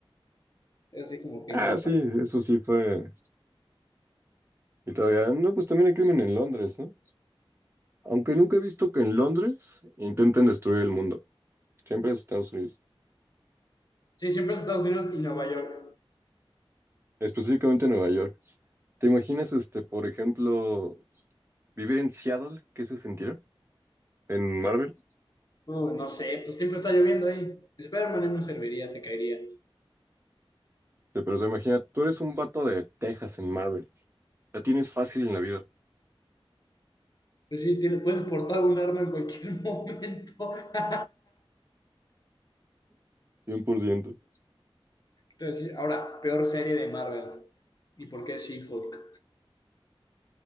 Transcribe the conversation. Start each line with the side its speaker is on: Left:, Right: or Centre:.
Left: Es así como que
Right: Ah,
Left: no.
Right: sí, eso sí fue. Y todavía, no, pues también hay crimen en Londres, ¿no? Aunque nunca he visto que en Londres intenten destruir el mundo. Siempre es Estados Unidos,
Left: Sí, siempre es Estados Unidos y Nueva York.
Right: específicamente en Nueva York. ¿Te imaginas, este, por ejemplo, vivir en Seattle? ¿Qué se sentirá? En Marvel.
Left: Uh, no sé, pues siempre está lloviendo ahí. Spider-Man no serviría, se caería.
Right: Sí, Pero se imagina, tú eres un vato de Texas en Marvel. La tienes fácil en la vida.
Left: Pues sí, tiene, puedes portar un arma en cualquier momento. <laughs>
Right: cien por ciento
Left: Te voy a decir, ahora, peor serie de Marvel. ¿Y por qué She-Hulk?